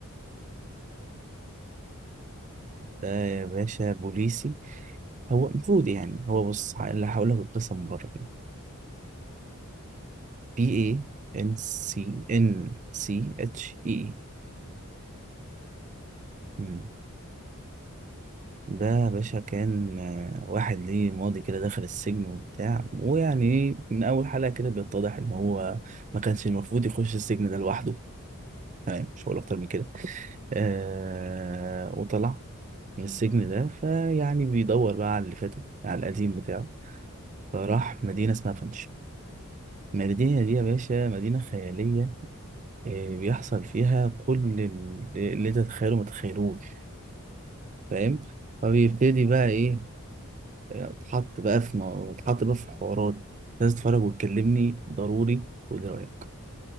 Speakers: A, on the right; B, on the right.
A: ده ده عبارة عن
B: ده يا
A: ايه
B: باشا بوليسي هو المفروض يعني هو بص ه- اللي هقول لك القصه من بره كده
A: اللي بتتكتب ازاي بانشي
B: بي اي ان سي ان سي اتش اي اي
A: بانشي
B: مم.
A: غريبة
B: ده يا باشا كان آه، واحد ليه ماضي كده دخل السجن وبتاع ويعني ايه
A: أمم،
B: من اول حلقه كده بيتضح ان هو ما كانش المفروض يخش السجن ده لوحده تمام مش هقول
A: اوكي
B: اكتر من كده آه
A: أمم،
B: وطلع من السجن ده
A: أمم.
B: فيعني بيدور بقى على اللي فاته على القديم بتاعه فراح مدينة اسمها فنش المدينة دي يا باشا مدينة خيالية آه بيحصل فيها كل ال- اللي انت تتخيله ما تتخيلوش فاهم
A: ده انا ممكن
B: فبيبتدي
A: اتفرج
B: بقى ايه
A: اروح اتفرج عليه ده
B: آه، اتحط بقى في م- اتحط بقى في حوارات لازم تتفرج وتكلمني ضروري تقولي رأيك